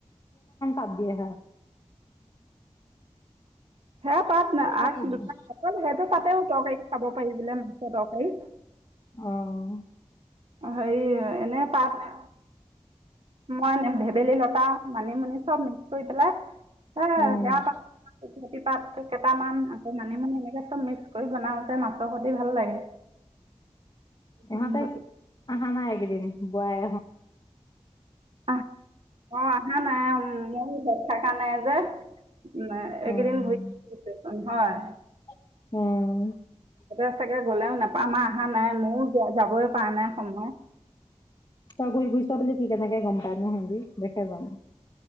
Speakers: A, on the left; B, on the right.
A: ল দিয় হ <unintelligible>
B: সেয়া পাত নাই
A: কেইটা
B: আগ
A: পাত
B: দু
A: দিয়ে?
B: অকল সেইটো পাতেও তৰকাৰী খাব পাৰি বোলে মাংসৰ তৰকাৰী
A: অ'
B: হেৰি এনে পাত মই এ ভেবেলী লতা মানিমুনি চব মিক্স কৰি পেলাই হয়
A: উম,
B: হয় পাত কেইটামান আকৌ মানিমুনি এনেকে চব মিক্স কৰি বনাও যে মাছৰ সতে ভাল লাগে
A: ইহঁতে
B: গোন্ধটো
A: আহা নাই এই কেইদিন বয়
B: অ অ আহা নাই ব এটা নাই যে নাই
A: উম,
B: একেদিন ঘূৰি ফুৰিছে চোন হয়।
A: অহ।
B: ততে চাগে গলাও নাপায়। আমাৰ অহা নাই ময়ো যাবই পৰা নাই সময়।
A: ত বি বুজিছ বুলি কি কেনেকে গম পাই নো সিন্দি দেখে যাাম।